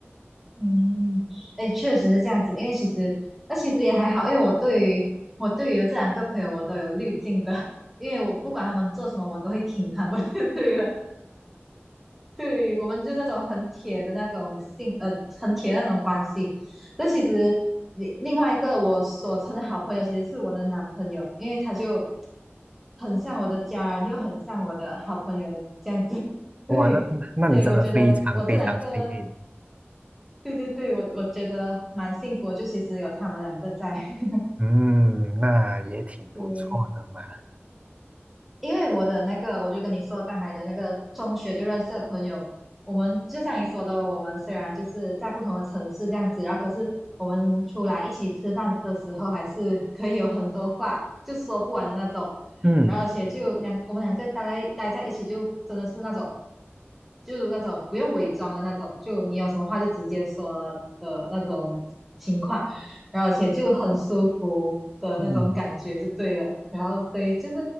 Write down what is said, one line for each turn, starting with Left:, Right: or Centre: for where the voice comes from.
Centre: 嗯，哎，确实是这样子，因为其实那其实也还好，因为我对于我对于这两个朋友我都有滤镜的，因为我不管他们做什么，我都会挺他们。<laughs> 对了，对，我们就那种很铁的那种性，呃，很铁的那种关系。那其实另另外一个我所称的好朋友，其实是我的男朋友，因为他就很像我的家人，又很像我的好朋友这样子。<laughs> 对，
Right: 哇，那那那你真的非常非常幸运，
Centre: 所以我觉得我这两个对对对，我我觉得蛮幸福的就其实有他们两个在。<laughs>
Right: 嗯，那也挺不错的嘛，
Centre: 对，因为我的那个，我就跟你说刚才的那个中学就认识的朋友，我们就像你说的了，我们虽然就是在不同的城市这样子，然后可是我们出来一起吃饭的时候，还是可以有很多话就说不完的那种。
Right: 嗯
Centre: 然后而且就两我们两个待待在一起，就真的是那种，就那种不用伪装的那种，就你有什么话就直接说的那种情况。然后而且就很舒服的那种感觉就对了。
Right: 嗯
Centre: 然后所以就是